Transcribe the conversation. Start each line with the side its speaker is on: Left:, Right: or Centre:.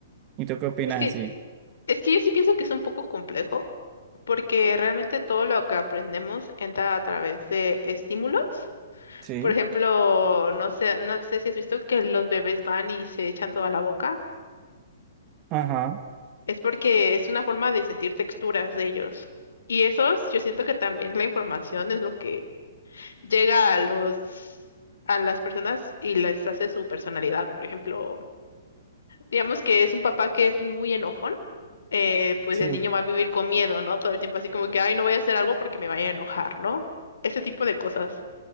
Right: ¿Y tú qué opinas
Left: Es que,
Right: así?
Left: es que yo sí pienso que es un poco complejo porque realmente todo lo que aprendemos entra a través de estímulos.
Right: Sí,
Left: Por ejemplo, no sé, no sé si has visto que los bebés van y se echan toda la boca.
Right: Ajá.
Left: Es porque es una forma de sentir texturas de ellos. Y esos, yo siento que también la información es lo que llega a los a las personas y les hace su personalidad. Por ejemplo, digamos que es un papá que es muy enojón, eh, pues
Right: sí,
Left: el niño va a vivir con miedo, ¿no? Todo el tiempo así como que, ay, no voy a hacer algo porque me vaya a enojar, ¿no? Ese tipo de cosas.